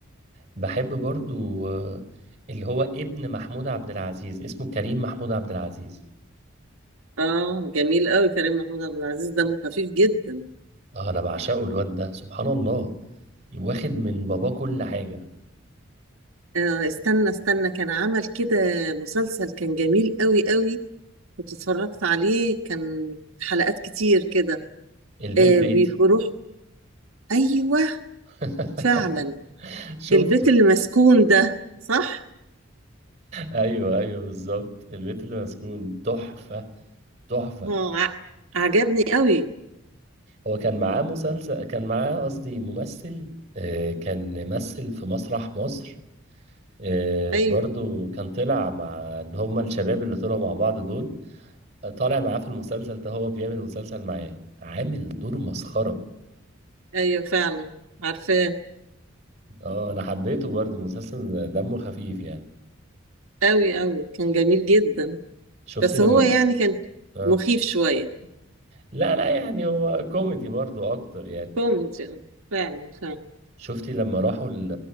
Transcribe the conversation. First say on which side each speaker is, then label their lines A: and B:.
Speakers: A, on the right; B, on the right.
A: بحب برضو آه، اللي هو ابن محمود عبد العزيز اسمه كريم محمود عبد العزيز
B: اه جميل قوي كريم محمود عبد العزيز دمه خفيف جدا
A: آه انا بعشقه الواد ده سبحان الله واخد من باباه كل حاجه
B: آه استنى استنى كان عمل كده مسلسل كان جميل قوي قوي كنت اتفرجت عليه كان حلقات كتير كده
A: البيت
B: آه
A: بيتي
B: بيروح ايوه
A: <laughs>
B: فعلا
A: شفته
B: البيت اللي مسكون ده صح
A: ايوه ايوه بالظبط البيت اللي مسكون تحفه تحفه
B: اه ع- عجبني قوي
A: هو كان معاه مسلسل كان معاه قصدي ممثل آه، كان مثل في مسرح مصر آه،
B: ايوه
A: برضو كان طلع مع اللي هم الشباب اللي طلعوا مع بعض دول آه، طالع معاه في المسلسل ده هو بيعمل مسلسل معاه عامل دور مسخرة
B: ايوه فعلا عارفاه
A: اه انا حبيته برضو المسلسل دمه خفيف يعني
B: قوي قوي كان جميل جدا
A: شفتي
B: بس
A: لما
B: هو
A: ك-
B: يعني كان
A: آه.
B: مخيف شوية
A: لا لا يعني هو كوميدي برضو اكتر يعني
B: كوميدي آه. فعلا فعلا
A: شفتي لما راحوا ال-